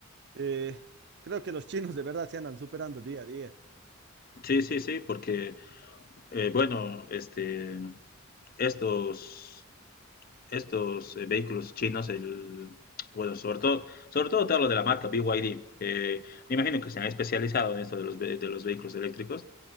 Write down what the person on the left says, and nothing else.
Sí, sí, sí, porque, eh, bueno, este, estos estos eh, vehículos chinos, el, bueno, sobre todo, sobre todo te hablo de la marca BYD, que me imagino que se han especializado en esto de los, ve- de los vehículos eléctricos.